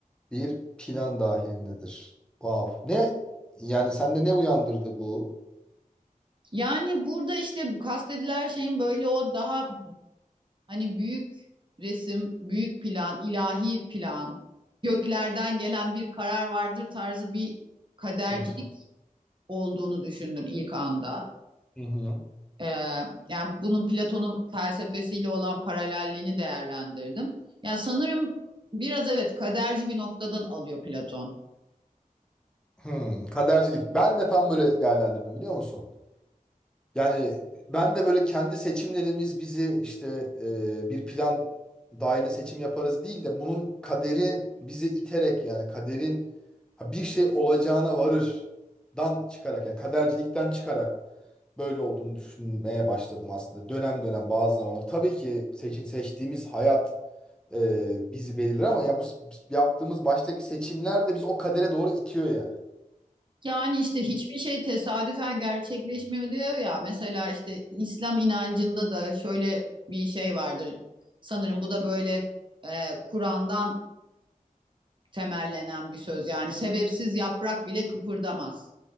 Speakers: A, in the centre; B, on the right.
A: bir plan dahilindedir. Wow. Ne? Yani sende ne uyandırdı bu?
B: Yani burada işte bu kastedilen şeyin böyle o daha hani büyük resim, büyük plan, ilahi plan, göklerden gelen bir karar vardır tarzı bir kadercilik
A: Hı
B: olduğunu düşündüm ilk anda.
A: hı.
B: Ee, yani bunun Platon'un felsefesiyle olan paralelliğini değerlendirdim. Yani sanırım biraz evet kaderci bir noktadan alıyor Platon.
A: Hı. Kadercilik. Ben de tam böyle değerlendirdim biliyor musun? Yani ben de böyle kendi seçimlerimiz bizi işte e, bir plan dahilinde seçim yaparız değil de bunun kaderi bizi iterek yani kaderin ha, bir şey olacağına varırdan çıkarak yani kadercilikten çıkarak böyle olduğunu düşünmeye başladım aslında. Dönem dönem bazı zamanlar. Tabii ki seçin, seçtiğimiz hayat e, bizi belirler ama ya bu s- yaptığımız baştaki seçimler de bizi o kadere doğru itiyor yani.
B: Yani işte hiçbir
A: Bir,
B: şey tesadüfen gerçekleşmiyor diyor ya. Mesela işte İslam inancında da şöyle bir şey vardır. Sanırım bu da böyle e, Kur'an'dan temellenen bir söz. Yani sebepsiz yaprak bile kıpırdamaz.